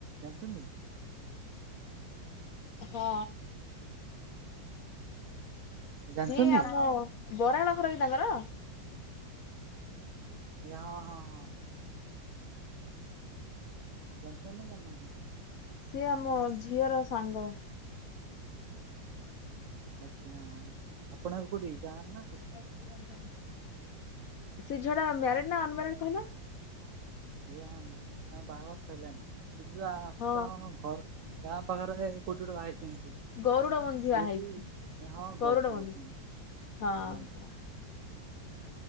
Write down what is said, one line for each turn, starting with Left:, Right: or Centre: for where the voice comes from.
Right: ଜାଣିଚନ୍ତି?
Left: ହଁ
Right: ଜାଣିଛନ୍ତି?
Left: ଏଇ ଆମ ବରାଳ ଘରକି ତାଙ୍କର?
Right: ଇଆ ହଁ, ହଁ, ହଁ <unintelligible>
Left: ସିଏ ଆମ- ଝିଅର ସାଙ୍ଗ।
Right: ଆଜ୍ଞା ଆପଣ ଏବେ କଉଠି, ଗାଁରେ ନାଁ କଉ
Left: <inaudible> ସେ ଝିଅ ଟା ମ୍ୟାରେଡ ନା ଅନ ମ୍ୟାରେଡ କହିଲ।
Right: ଆଜ୍ଞା, ତାଙ୍କ-ବାହାଘର ସରିଲାଣି, <unintelligible>
Left: ହଁ
Right: ଘର। ଗାଁ ପାଖରେ ଯାଇ କୋଉଠି ଗୋଟେ ବାହା ହେଇଛନ୍ତି ସେ।
Left: ଗରୁଡ ବନ୍ଧିଆ
Right: କୋଉଠି
Left: ହେଇଚି, <inaudible>
Right: ହଁ
Left: ଗରୁଡ
Right: ଗଦଡ
Left: ବନ୍ଧି
Right: ଆଜ୍ଞା
Left: <inaudible> ହଁ
Right: ଆଜ୍ଞା
Left: ହଁ।